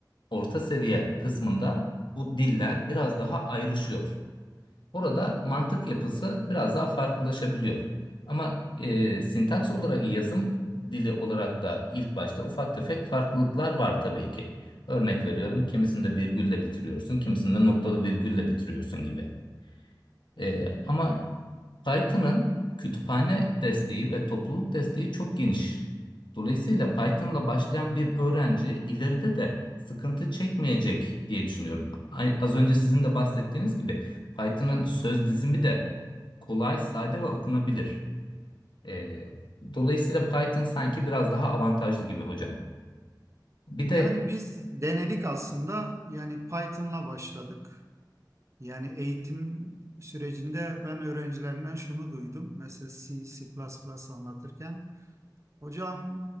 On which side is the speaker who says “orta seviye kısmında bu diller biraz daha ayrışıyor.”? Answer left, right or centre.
Left